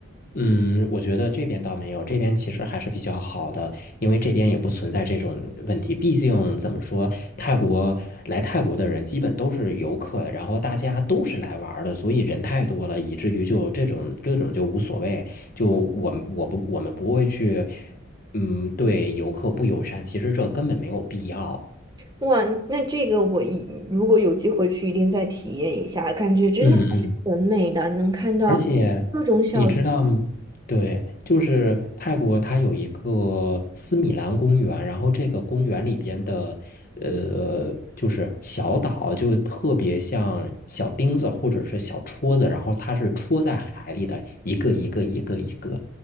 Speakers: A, on the left; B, on the right.
A: 嗯，我觉得这边倒没有，这边其实还是比较好的，因为这边也不存在这种问题。毕竟怎么说，泰国来泰国的人基本都是游客，然后大家都是来玩儿的，所以人太多了，以至于就这种这种就无所谓。就我们我不我们不会去，嗯，对游客不友善，其实这根本没有必要。
B: 哇，那这个我一如果有机会去，一定再体验一下，感觉真的很美的，
A: 嗯嗯
B: 能看到各种小，
A: 而且你知道吗？对，就是泰国，它有一个斯米兰公园，然后这个公园里边的，呃，就是小岛，就特别像小钉子或者是小戳子，然后它是戳在海里的一个一个一个一个。